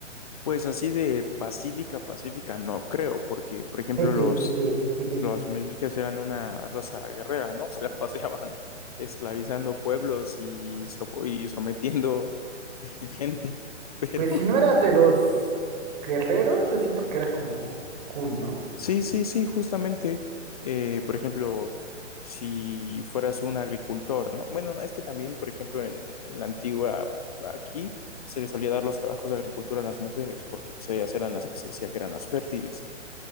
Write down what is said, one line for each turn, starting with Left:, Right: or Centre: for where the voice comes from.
Left: Pues así de pacífica, pacífica, no creo, porque, por ejemplo,
Right: <laughs>
Left: los Los mexicas eran una raza guerrera, ¿no? <laughs> Se las paseaban esclavizando pueblos y, sofo- y sometiendo <laughs> gente. Pero
Right: Pues si no eras de los guerreros, yo siento que era como cool, ¿no?
Left: sí, sí, sí, justamente, eh, por ejemplo, si fueras un agricultor, ¿no? Bueno, es que también, por ejemplo, en, en la antigua aquí se les solía dar los trabajos de agricultura a las mujeres, porque pues ellas eran las que se decía que eran las fértiles.